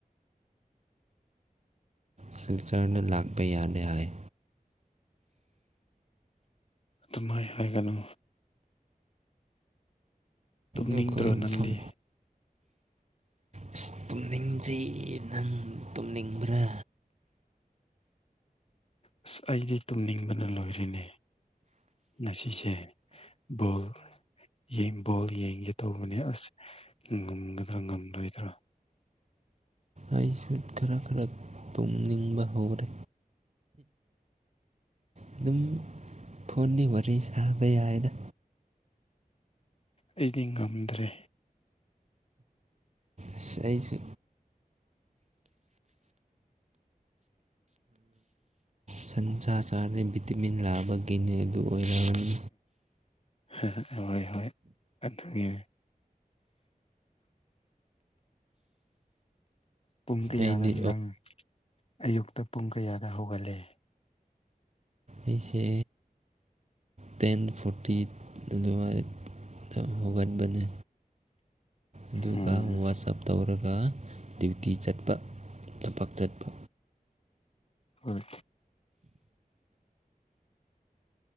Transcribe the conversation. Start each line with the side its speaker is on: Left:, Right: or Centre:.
Right: ꯁꯤꯜꯁꯇꯔꯅ ꯂꯥꯛꯄ ꯌꯥꯗꯦ ꯍꯥꯏ
Left: ꯑꯗꯨꯃꯍꯥꯏꯅ ꯍꯥꯏꯒꯅꯨ ꯇꯨꯝꯅꯤꯡꯗ꯭ꯔꯣ
Right: ꯑꯩꯈꯣꯏ ꯌꯨꯝꯐꯝ
Left: ꯅꯪꯗꯤ
Right: ꯑꯁ ꯇꯨꯝꯅꯤꯡꯗ꯭ꯔꯤ ꯅꯪ ꯇꯨꯝꯅꯤꯡꯕ꯭ꯔꯥ
Left: ꯑꯁ ꯑꯩꯗꯤ ꯇꯨꯝꯅꯤꯡꯕꯅ ꯂꯣꯏꯔꯤꯅꯦ ꯉꯁꯤꯁꯦ ꯕꯣꯜ ꯌꯦꯡꯕ ꯕꯣꯜ ꯌꯦꯡꯒꯦ ꯇꯧꯕꯅꯦ ꯑꯁ ꯉꯝꯒꯗ꯭ꯔꯥ ꯉꯝꯂꯣꯏꯗ꯭ꯔꯥ
Right: ꯑꯩꯁꯨ ꯈꯔ ꯈꯔ ꯇꯨꯝꯅꯤꯡꯕ ꯍꯧꯔꯦ ꯑꯗꯨꯝ ꯐꯣꯟꯗꯤ ꯋꯥꯔꯤ ꯁꯥꯕ ꯌꯥꯏꯅ
Left: ꯑꯩꯗꯤ ꯉꯝꯗ꯭ꯔꯦ
Right: ꯑꯁ ꯑꯩꯁꯨ ꯁꯟꯁꯥ ꯆꯥꯔꯗꯤ ꯚꯤꯇꯤꯃꯤꯟ ꯂꯥꯛꯕꯒꯤꯅꯤ ꯑꯗꯨ ꯑꯣꯏꯔꯕꯅꯤ
Left: ꯎ ꯍꯣꯏ ꯍꯣꯏ ꯑꯗꯨꯒꯤ ꯄꯨꯡ ꯀꯌꯥꯗ
Right: ꯑꯩꯗꯤ
Left: ꯅꯪ ꯑꯌꯨꯛꯇ ꯄꯨꯡ ꯀꯌꯥꯗ ꯍꯧꯒꯠꯂꯦ
Right: ꯑꯩꯁꯦ ꯇꯦꯟ ꯐꯣꯔꯇꯤ ꯑꯗꯨꯋꯥꯏ ꯍꯧꯒꯠꯕꯅꯦ ꯑꯗꯨꯒ
Left: ꯎꯝ
Right: ꯋꯥꯆꯑꯞ ꯇꯧꯔꯒ ꯗ꯭ꯌꯨꯇꯤ ꯆꯠꯄ ꯊꯕꯛ ꯆꯠꯄ
Left: ꯍꯣꯏ